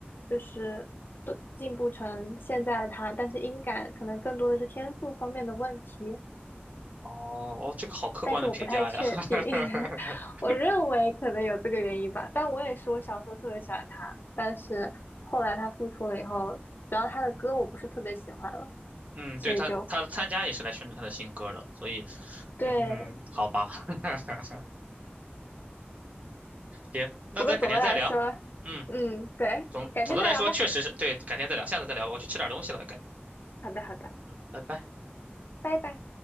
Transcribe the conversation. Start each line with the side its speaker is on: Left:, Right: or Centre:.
Left: 就是都进步成现在的他，但是音感可能更多的是天赋方面的问题，
Right: 哦哦，这个好客观的评价呀。
Left: 但是我不太确定，
Right: <laughs>
Left: <laughs> 我认为可能有这个原因吧，但我也是我小时候特别喜欢他，但是后来他复出了以后，主要他的歌我不是特别喜欢了，
Right: 嗯，
Left: 所以就
Right: 对他，他参加也是来宣传他的新歌的，所以，
Left: 对，
Right: 嗯，好吧。<laughs> 行，那咱改天再聊。
Left: 不过总的来说，
Right: 嗯，
Left: 嗯，对，
Right: 总总的来说，
Left: 改天再聊吧，
Right: 确实是对，改天再聊，下次再聊吧，我去吃点东西了，改，
Left: 好的，好的，
Right: 嗯，拜拜。
Left: 拜拜。